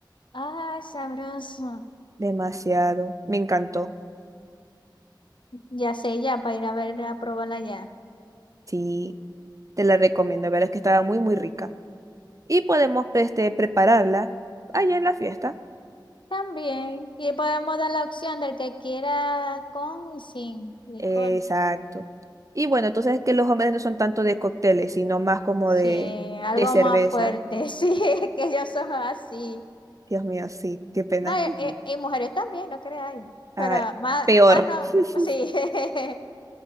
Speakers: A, on the left; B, on the right.
A: Ay, sabroso.
B: Demasiado. Me encantó.
A: Ya sé, ya, para ir a ver, a probarla ya.
B: Sí, te la recomiendo. La verdad es que estaba muy, muy rica. Y podemos pues, este, prepararla allá en la fiesta.
A: También. Y podemos dar la opción del que quiera con y sin licor.
B: Exacto. Y bueno, entonces es que los hombres no son tanto de cócteles, sino más como
A: Sí,
B: de,
A: algo
B: de cerveza.
A: más fuerte. <laughs> Sí, es que ellos son así.
B: Dios mío, sí, qué pena.
A: No, y,
B: Ujú.
A: y- y mujeres también, no creáis. Pero
B: Ah,
A: más,
B: peor.
A: más no,
B: <laughs>
A: sí. <laughs>